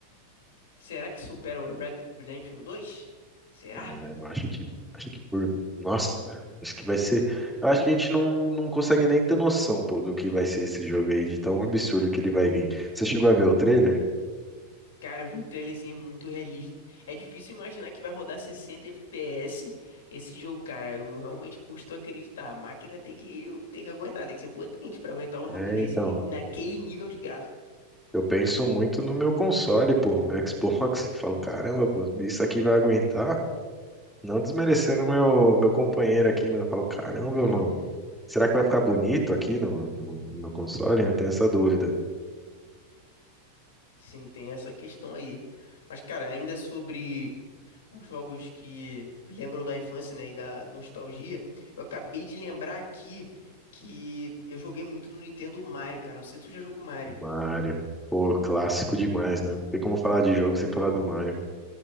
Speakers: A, on the left; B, in the centre.
A: Será que supera o Red Redemption 2? Será?
B: É, Eu acho que, acho que por, nossa, acho que vai ser, eu acho que a gente não, não consegue nem ter noção, pô, do que vai ser esse jogo aí, de tão absurdo que ele vai vir. Você chegou a ver o trailer?
A: Cara, eu vi o trailer assim, é muito realista. É difícil imaginar que vai rodar 60 FPS esse jogo, cara. Eu realmente custo acreditar. A máquina tem que, tem que aguentar, tem que ser potente pra aguentar um
B: É,
A: jogo desse
B: então,
A: aí, naquele nível de gráfico.
B: eu penso muito no meu console, pô, meu Xbox, <laughs> eu falo, caramba, pô, isso aqui vai aguentar? Não desmerecendo meu, meu companheiro aqui, mas eu falo, caramba,
A: <laughs>
B: mano, será que vai ficar bonito aqui no, no, no meu console? Eu tenho essa dúvida.
A: Sim, tem essa questão aí. Mas, cara, ainda sobre os jogos que lembram da infância, né, e da nostalgia, eu acabei de lembrar aqui que eu joguei muito no Nintendo Mario, cara. Não sei se tu já jogou Mario.
B: Mario, pô, clássico demais, né? Não tem como falar de jogo sem falar do Mario.